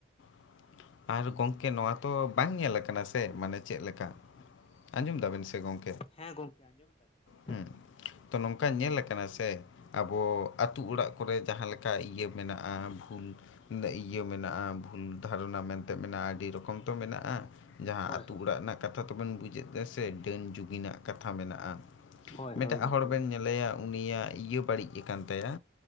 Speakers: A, on the left; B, on the left.
A: ᱾ ᱟᱨ ᱜᱚᱝᱠᱮ ᱱᱚᱣᱟ ᱛᱚ ᱵᱟᱝ ᱧᱮᱞ ᱟᱠᱟᱱᱟ ᱥᱮ ᱢᱟᱱᱮ ᱪᱮᱫ ᱞᱮᱠᱟ? ᱟᱸᱡᱚᱢ ᱫᱟᱵᱮᱱ ᱥᱮ ᱜᱚᱝ
B: ᱦᱮᱸ ᱜᱚᱢᱠᱮ ᱟᱸᱡᱚᱢ ᱫᱟᱞᱤᱧ ᱾
A: ᱦᱩᱸ, ᱛᱚ ᱱᱚᱝᱠᱟ ᱧᱮᱞ ᱟᱠᱟᱱᱟ ᱥᱮ ᱟᱵᱚ ᱟᱹᱛᱩ ᱚᱲᱟᱜ ᱠᱚᱨᱮ ᱡᱟᱦᱟᱸ ᱞᱮᱠᱟ ᱤᱭᱟᱹ ᱢᱮᱱᱟᱜᱼᱟ ᱵᱷᱩᱞ᱾ ᱤᱭᱟᱹ ᱢᱮᱱᱟᱜᱼᱟ ᱵᱷᱩᱞ ᱫᱷᱟᱨᱚᱱᱟ ᱢᱮᱱᱛᱮ ᱢᱮᱱᱟᱜᱼᱟ ᱟᱹᱰᱤ ᱨᱚᱠᱚᱢ ᱛᱚ ᱢᱮᱱᱟᱜᱼᱟ᱾ ᱟᱜ ᱡᱟᱸᱦᱟ
B: ᱦᱳᱭ
A: ᱟᱛᱳ
B: ᱦᱳᱭ
A: ᱚᱲᱟᱜ ᱨᱮᱱᱟᱜ ᱠᱟᱛᱷᱟ ᱛᱚᱵᱮᱱ ᱵᱩᱡᱮᱫ ᱫᱟ ᱥᱮ ᱰᱟᱹᱱ ᱡᱩᱜᱤᱱᱟᱜ ᱠᱟᱛᱷᱟ ᱢᱮᱱᱟᱜᱼᱟ᱾
B: ᱦᱳᱭ
A: ᱢᱤᱴᱟᱜ
B: ᱦᱳᱭ ᱜᱚᱝᱠᱮ
A: ᱦᱚᱲ ᱵᱮᱱ ᱧᱮᱞᱮᱭᱟ ᱩᱱᱤᱭᱟᱜ ᱤᱭᱟᱹ ᱵᱟᱹᱲᱤᱡ ᱟᱠᱟᱱ ᱛᱟᱭᱟ,